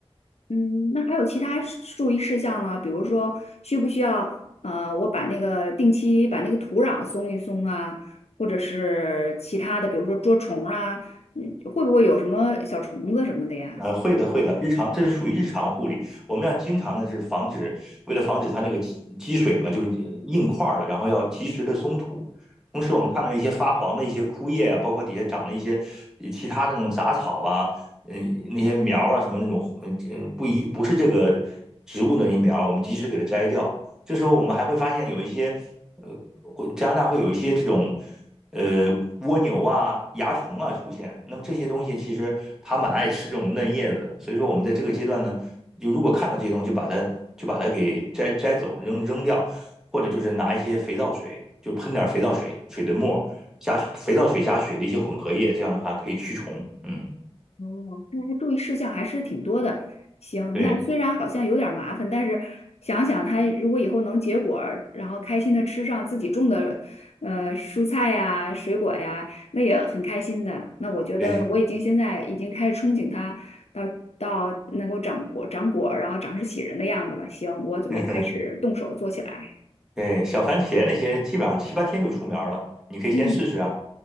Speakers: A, on the left; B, in the centre.
A: 嗯，那还有其他事注意事项呢？比如说，需不需要呃，我把那个定期把那个土壤松一松啊，或者是其他的，比如说捉虫啊，嗯，会不会有什么小虫子什么的呀？
B: 呃，会的，会的，日常这是属于日常护理，我们要经常的是防止，为了防止它那个积积水嘛，就是硬块儿了，然后要及时的松土。同时，我们看到一些发黄的一些枯叶啊，包括底下长了一些呃其他的那种杂草啊，嗯，那些苗啊什么那种，嗯嗯，不一不是这个植物的那些苗我们及时给它摘掉。这时候我们还会发现有一些，呃，会加拿大会有一些这种呃蜗牛啊、蚜虫啊出现。那么这些东西其实它蛮爱吃这种嫩叶子，所以说我们在这个阶段呢，就如果看到这些东西，就把它就把它给摘摘走、扔扔掉，或者就是拿一些肥皂水，就喷点肥皂水、水的沫加肥皂水加水的一些混合液，这样的话可以驱虫。嗯，
A: 哦，看来注意事项还是挺多的。行，
B: 对
A: 那虽然好像有点儿麻烦，但是想想他如果以后能结果儿，然后开心的吃上自己种的，呃，蔬菜呀、水果呀，那也很开心的。那我觉得我已经现在已经开始憧憬他到到能够长果、
B: 对，
A: 长果儿，然后长势喜人的样子了。行，我准备开始动手做起来。
B: <laughs> 对，小番茄那些基本上七八天就出苗了，你可以先试试啊。
A: 嗯，